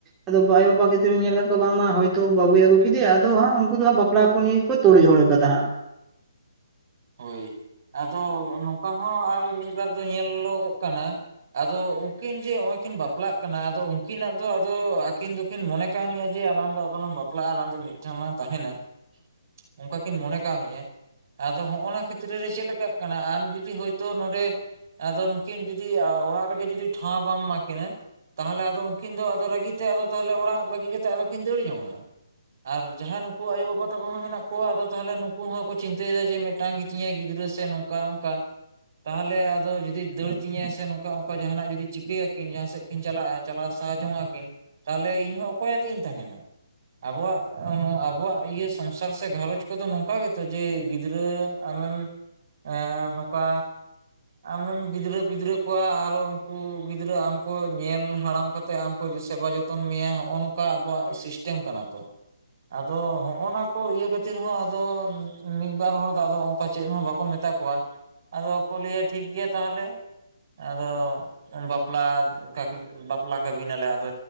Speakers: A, on the right; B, on the right.
A: ᱟᱫᱚ ᱟᱳᱭ ᱵᱟᱵᱟ ᱠᱷᱮᱛᱤᱨ ᱧᱮᱞ ᱟᱠᱟᱫ ᱠᱚᱣᱟ ᱵᱟᱝ ᱛᱚ ᱵᱟᱵᱩᱭ ᱟᱹᱜᱩ ᱠᱮᱫᱮᱭᱟ ᱟᱫᱚ ᱦᱟᱸᱜ ᱩᱱᱠᱩ ᱫᱚ ᱦᱟᱸᱜ ᱵᱟᱯᱞᱟ ᱠᱚ ᱱᱤᱭᱮ ᱠᱚ ᱛᱩᱲ ᱡᱷᱚᱲ ᱠᱟᱫᱟ ᱦᱟᱸᱜ,
B: ᱦᱳᱭ ᱟᱫᱚ ᱱᱚᱝᱠᱟ ᱦᱚᱸ ᱟᱨ ᱢᱤᱫ ᱵᱟᱨ ᱫᱚ ᱧᱮᱞᱚᱜᱚᱜ ᱠᱟᱱᱟ ᱟᱫᱚ ᱩᱱᱠᱤᱱ ᱡᱮ ᱦᱚᱸᱜ-ᱚᱭ ᱠᱤᱱ ᱵᱟᱯᱞᱟᱜ ᱠᱟᱱᱟ ᱟᱫᱚ ᱩᱱᱠᱤᱱᱟᱜ ᱫᱚ ᱟᱫᱚ ᱟᱹᱠᱤᱱ ᱫᱚ ᱠᱤᱱ ᱢᱚᱱᱮ ᱠᱟᱹᱣᱱᱤᱜᱼᱟ ᱡᱮ ᱟᱞᱟᱝ ᱫᱚ ᱟᱫᱚ ᱞᱟᱝ ᱵᱟᱯᱞᱟᱜᱼᱟ ᱟᱞᱟᱝ ᱫᱚ ᱢᱤᱫᱴᱷᱮᱱ ᱞᱟᱝ ᱛᱟᱦᱮᱸᱱᱟ
A: <unintelligible>
B: ᱾ ᱚᱝᱠᱟ ᱠᱤᱱ ᱢᱚᱱᱮ ᱠᱟᱣᱱᱤᱡ-ᱟ, ᱟᱫᱚ ᱦᱚᱸᱜᱼᱱᱟ ᱠᱷᱮᱛᱨᱮ ᱨᱮ ᱪᱮᱫ ᱞᱮᱠᱟᱜ ᱠᱟᱱᱟ ᱟᱢ ᱡᱩᱫᱤ ᱦᱚᱭᱛᱳ ᱱᱚᱰᱮ ᱟᱫᱚ ᱱᱩᱠᱤᱱ ᱡᱩᱫᱤ ᱚᱲᱟᱜ ᱨᱮᱜᱮ ᱡᱩᱫᱤ ᱴᱷᱟᱶ ᱵᱟᱢ ᱮᱢᱟᱠᱤᱱᱟ ᱛᱟᱦᱚᱞᱮ ᱟᱫᱚ ᱩᱱᱠᱤᱱ ᱫᱚ ᱟᱫᱚ ᱨᱟᱜᱤ ᱛᱮ ᱟᱫᱚ ᱛᱟᱦᱚᱞᱮ ᱚᱲᱟᱜ ᱵᱟᱹᱜᱤ ᱠᱟᱛᱮ ᱟᱫᱚ ᱠᱤᱱ ᱫᱟᱹᱲ ᱡᱚᱝᱼᱟ ᱟᱨ ᱡᱟᱦᱟᱸ ᱟᱭᱳ-ᱵᱟᱵᱟ ᱛᱟᱠᱚ ᱦᱚᱸ ᱢᱮᱱᱟᱜ ᱠᱚᱣᱟ ᱟᱫᱚ ᱛᱟᱦᱚᱞᱮ ᱱᱩᱠᱩ ᱦᱚᱸᱠᱚ ᱪᱤᱱᱛᱟᱹᱭᱫᱟ ᱡᱮ ᱢᱤᱫᱴᱟᱝ ᱜᱤᱛᱤᱧᱟᱭ ᱜᱤᱫᱽᱨᱟᱹ ᱥᱮ ᱱᱚᱝᱠᱟ ᱚᱱᱠᱟ ᱛᱟᱦᱚᱞᱮ ᱟᱫᱚ ᱡᱩᱫᱤ ᱫᱟᱹᱲ ᱛᱤᱧᱟᱭ ᱥᱮ ᱱᱚᱝᱠᱟ ᱚᱱᱠᱟ ᱡᱟᱦᱟᱱᱟᱜ ᱡᱩᱫᱤ ᱪᱤᱠᱟᱹᱭ ᱟᱠᱤᱱ ᱡᱟᱦᱟᱸ ᱥᱮᱫ ᱠᱤᱱ ᱪᱟᱞᱟᱜᱼᱟ ᱪᱟᱞᱟᱣ ᱥᱟᱦᱟ ᱡᱚᱝ ᱟᱠᱤᱱ, ᱛᱟᱦᱚᱞᱮ ᱤᱧᱦᱚᱸ ᱚᱠᱚᱭ ᱟᱛᱮ ᱤᱧ ᱛᱟᱦᱮᱱᱟ ᱾ ᱟᱵᱚᱣᱟᱜ ᱱᱚᱣᱟ ᱟᱵᱚᱣᱟᱜ ᱤᱭᱟᱹ ᱥᱚᱝᱥᱟᱨ ᱥᱮ ᱜᱷᱟᱨᱚᱸᱡᱽ ᱠᱚᱫᱚ ᱱᱚᱝᱠᱟ ᱜᱮᱛᱚ ᱡᱮ ᱜᱤᱫᱽᱨᱟᱹ ᱟᱢᱮᱢ ᱮᱸ ᱱᱚᱠᱟ ᱟᱢᱮᱢ ᱜᱤᱫᱽᱨᱟᱹ ᱯᱤᱫᱽᱨᱟᱹ ᱠᱚᱣᱟ ᱟᱨᱚ ᱩᱱᱠᱩ ᱜᱤᱫᱽᱨᱟᱹ ᱟᱢ ᱠᱚ ᱧᱮᱞ ᱦᱟᱲᱟᱢ ᱠᱟᱛᱮ ᱟᱢ ᱠᱚ ᱥᱮᱵᱟ ᱡᱚᱛᱚ ᱛᱚᱱ ᱢᱮᱭᱟ ᱦᱚᱸᱜᱼᱚ ᱱᱚᱠᱟ ᱟᱵᱚᱣᱟᱜ ᱥᱤᱥᱴᱮᱢ ᱠᱟᱱᱟ ᱛᱚ, ᱟᱫᱚ ᱦᱚᱸᱜᱼᱚ ᱱᱟ ᱠᱚ ᱤᱭᱟᱹ ᱠᱷᱟᱹᱛᱤᱨ ᱦᱚᱸ ᱟᱫᱚ ᱢᱤᱫ ᱵᱟᱨ ᱦᱚᱲ ᱫᱚ ᱟᱫᱚ ᱚᱱᱠᱟ ᱪᱮᱫ ᱦᱚᱸ ᱵᱟᱠᱚ ᱢᱮᱛᱟ ᱠᱚᱣᱟ, ᱟᱫᱚ ᱠᱚ ᱞᱟᱹᱭᱟ ᱴᱷᱤᱠ ᱜᱮᱭᱟ ᱛᱟᱦᱚᱞᱮ ᱟᱫᱚ ᱵᱟᱯᱞᱟ <inaudible> <inaudible> ᱵᱟᱯᱞᱟ ᱠᱟᱹᱵᱤ ᱱᱟᱞᱮ ᱟᱫᱚ